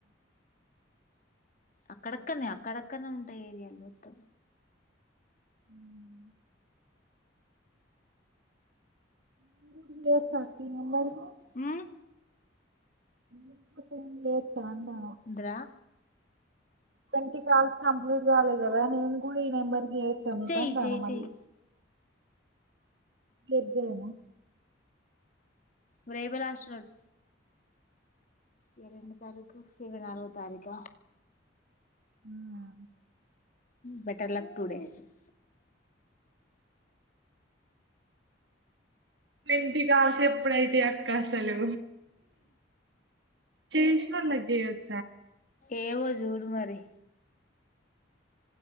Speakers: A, on the left (about 45°); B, on the right (about 70°).
A: అక్కడక్కన్నే అక్కడక్కన్నే ఉంటాయి ఏరియాలు మొత్తం
B: మ్మ్ <unintelligible>
A: మ్మ్
B: <unintelligible> లేదు తాండా
A: డ్రా
B: ట్వంటీ కాల్స్ కంప్లీట్ కాలేదు కదా నేను కూడా ఈ నెంబర్ ఎం కున్నదన
A: చెయ్ చెయ్
B: మళ్ళీ
A: చెయ్
B: ఎద్దేనా
A: వరేబలాస్ రోడ్ ఈయాల ఎన్నో తారీకు, ఇరవై నాలుగో తారీక.
B: హ్మ్మ్
A: better luck two days. <inaudible>
B: Twenty కాల్సి ఎప్పుడైతాయి అక్క అసలు. చేసిన లేగేయ్యాడు
A: ఏమో జూడు మరి